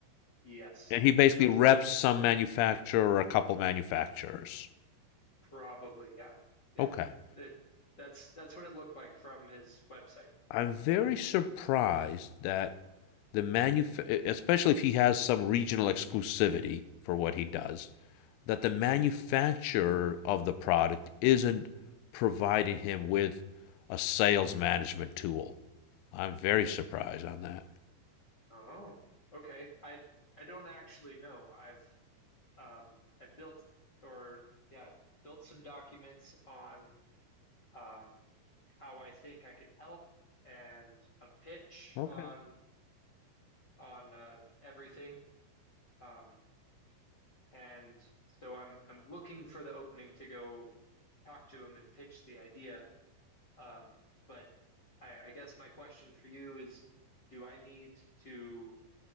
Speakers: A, on the left (about 45°); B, on the left (about 85°).
A: Yes.
B: And he basically
A: hmm
B: reps some manufacturer or a couple manufacturers.
A: Probably, yeah. Yeah.
B: Okay.
A: That that's that's what it looked like from his website.
B: I'm very surprised that the manuf especially if he has some regional exclusivity for what he does, that the manufacturer of the product isn't providing him with a sales management tool. I'm very surprised on that.
A: Oh, okay. I I don't actually know. I've um I've built or yeah, built some documents on um how I think I can help and a pitch
B: Okay.
A: on on um everything. Um and so I'm I'm looking for the opening to go talk to him and pitch the idea. Um, but I, I guess my question for you is, do I need to